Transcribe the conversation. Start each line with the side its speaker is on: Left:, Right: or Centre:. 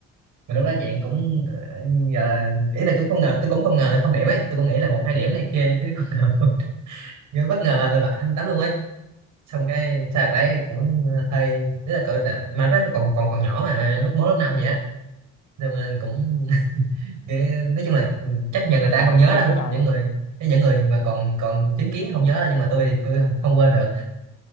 Right: mà lúc đó dạng cũng ờ, giờ là ý là cũng không ngờ tôi cũng không ngờ là không điểm ấy tôi cũng nghĩ là một hai điểm này kia chứ không ngờ <laughs> Ghê bất ngờ bạn lắm luôn ấy xong cái sao đấy cũng ờ, hơi rất là cỡ đ- mà rất là còn còn còn nhỏ mà lúc mới lớp năm vậy á Xong nên cũng <laughs> cái- nói chung là ừ, chắc nhờ
Left: mà
Right: người ta
Left: cả
Right: không nhớ
Left: tới
Right: đâu
Left: cuối đời
Right: những
Left: luôn
Right: người cái những người mà còn còn chứng kiến không nhớ đâu nhưng mà tôi thì tôi không quên được